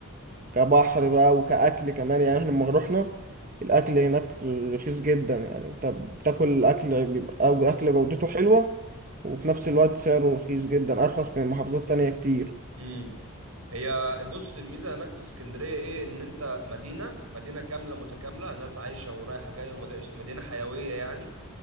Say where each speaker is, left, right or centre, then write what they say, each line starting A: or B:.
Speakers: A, on the right; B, on the right.
A: كبحر بقى وكأكل كمان يعني إحنا لما رحنا الأكل هناك رخيص جدا يعني أنت بتاكل أكل بيبقى أو أكل جودته حلوة وفي نفس الوقت سعره رخيص جدا أرخص من محافظات تانية كتير
B: امم هي بص الميزه هناك في اسكندريه ايه ان انت مدينه مدينه كامله متكامله ناس عايشه ورايحه جايه ومدينه حيويه يعني